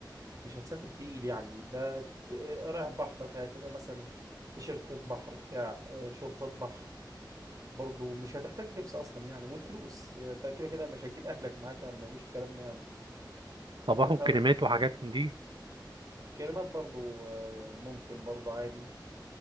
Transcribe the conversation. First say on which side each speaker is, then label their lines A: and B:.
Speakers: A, on the right; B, on the right.
A: مش هتسافر تقيل يعني ده ت- رايح بحر فهتبقى مثلا تيشيرتات بحر بتاع آه، شورتات بحر برضو مش هتحتاج لبس اصلا يعني والفلوس آه، انت كده كده مش هتجيب اكلك معاك يعني مفيش الكلام ده يعني
B: طب
A: انت هتحاول
B: اخد كريمات وحاجات من دي
A: كلمات برضو آه، ممكن برضو عادي